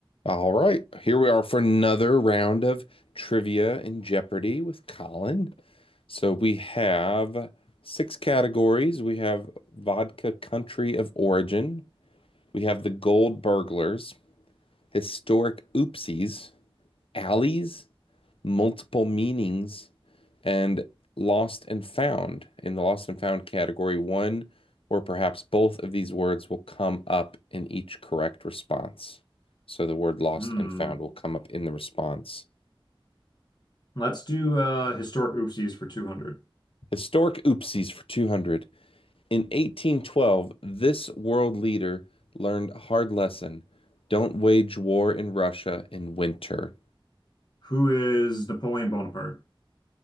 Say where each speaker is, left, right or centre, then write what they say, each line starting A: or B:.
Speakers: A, on the left; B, on the left.
A: All right, here we are for another round of trivia and Jeopardy with Colin. So we have six categories. We have vodka country of origin. We have the gold burglars, historic oopsies, alleys, multiple meanings and lost and found. In the lost and found category, one or perhaps both of these words will come up in each correct response. So the word lost
B: Hmm.
A: and found will come up in the response.
B: Let's do uh historic oopsies for 200.
A: Historic oopsies for 200. In 1812, this world leader learned a hard lesson. Don't wage war in Russia in winter.
B: Who is Napoleon Bonaparte?